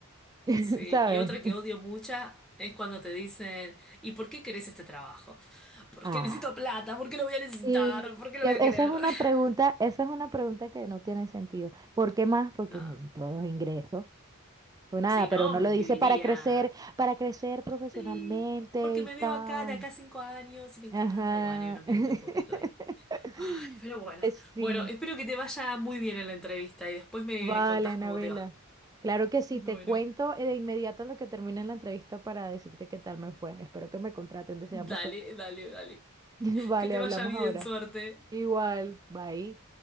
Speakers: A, on the right; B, in the centre.
A: <laughs>
B: Sí,
A: ¿sabes?
B: y otra que odio mucha es cuando te dicen, ¿y por qué querés este trabajo? Porque
A: Ah.
B: necesito plata, ¿por qué lo voy a necesitar?
A: Sí,
B: ¿Por qué lo
A: que
B: voy a
A: esa
B: querer?
A: es una
B: <laughs>
A: pregunta, esa es una pregunta que no tiene sentido. ¿Por qué más? Porque
B: No,
A: necesito los ingresos. O nada,
B: si
A: pero
B: no,
A: uno lo dice
B: viviría.
A: para crecer, para crecer profesionalmente
B: Sí, porque
A: y
B: me
A: tal.
B: veo acá de acá a cinco años y me encanta.
A: Ajá.
B: Y bueno, y uno miente
A: <laughs>
B: un poquito ahí. Ay, pero bueno.
A: Eh, Sí,
B: Bueno, espero que te vaya muy bien en la entrevista y después me
A: vale,
B: contás
A: Anabela.
B: cómo te va.
A: Claro que sí,
B: Bueno,
A: te cuento de inmediato en lo que termine la entrevista para decirte qué tal me fue. Espero que me contraten, deseame
B: dale,
A: suerte.
B: dale, dale.
A: <laughs> Vale,
B: Que te
A: hablamos
B: vaya bien,
A: ahora.
B: suerte.
A: Igual, bye.